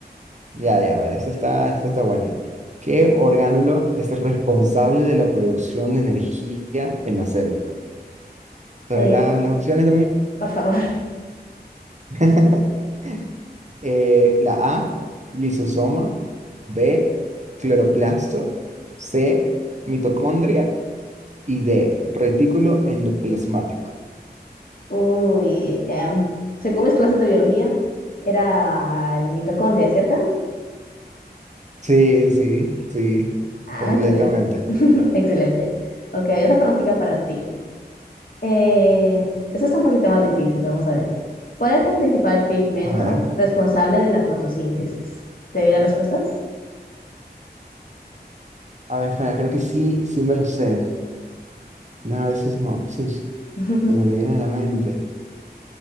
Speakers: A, on the right (about 45°); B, on the left (about 55°).
A: ya, ya, a ver, esta está, esta está buena. ¿Qué orgánulo es responsable de la producción de energía en la célula? ¿Te
B: Eh,
A: doy la- las opciones también?
B: por favor.
A: <laughs> Eh, la A, lisosoma, B, cloroplasto, C, mitocondria y D, retículo endoplasmático.
B: Uy, em, según mis clases de biología, era el mitocondria, ¿cierto?
A: Sí, sí, sí,
B: Ah,
A: completamente.
B: excelente. <laughs> Excelente. Ok, hay otra preguntita para ti. Eh, eso está un poquito más difícil, vamos a ver. ¿Cuál es el principal pigmento
A: A ver,
B: responsable de la fotosíntesis? ¿Te doy las respuestas?
A: a ver, espera, creo que sí, sí me lo sé. No, a ver si se me, sí,
B: <laughs>
A: se me viene a la mente.